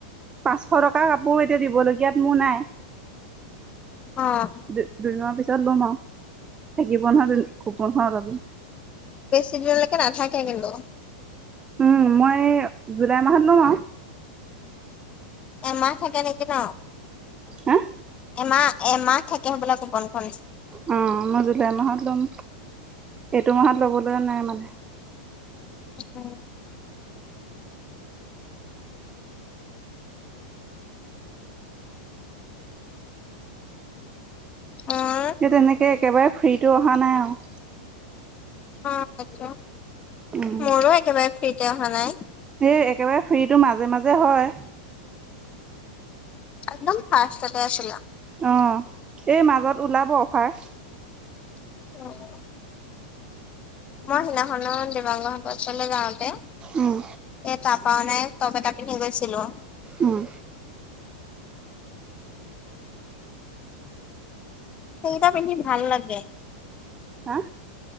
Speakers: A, on the right; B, on the left.
A: পাঁচশ টকাৰ কাপোৰ এতিয়া দিবলগীয়াত মোৰ নাই।
B: অ',
A: দু-দুদিনৰ পিছত লম আৰু থাকিব <unintelligible> কুপনখনত আজি
B: বেছি দিনলৈকে <unintelligible>
A: উম মই জুলাই মাহত লম আৰু।
B: এমাহ থাকে নেকি ন।
A: হা।
B: এমাহ এমাহ থাকিম হ'ব কুপন‌ খন।
A: অ মই জুলাই মাহত ল'ম এইটো মাহত ল'বলৈ নাই মানে
B: উম। অ, '
A: কিন্তু তেনেকৈ একেবাৰে ফ্ৰীটো অহা নাই আৰু
B: অহ
A: উম
B: মোৰো একেবাৰে ফ্ৰীতে অহা নাই।
A: এই একেবাৰে ফ্ৰীটো মাজে মাজে হয়।
B: একদম ফাৰ্ষ্ট আছিলে।
A: অ এই মাজত ওলাব অফাৰ
B: উ <unintelligible> মই সিনাখনত দিবাংগ সচলৈ যাওঁতে।
A: উম
B: এ ত পাৱ নাই টোব এটা কিনি গৈছিলো।
A: উম
B: সেইটা পিন্ধি ভাল লাগে ।
A: হা